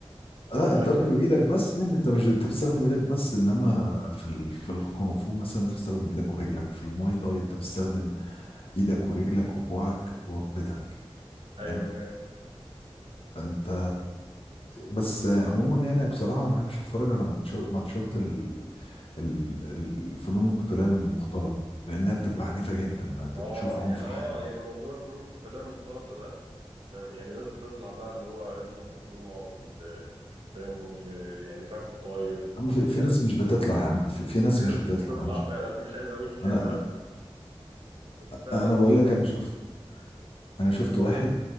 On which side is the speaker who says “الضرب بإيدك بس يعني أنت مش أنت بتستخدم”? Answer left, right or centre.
Left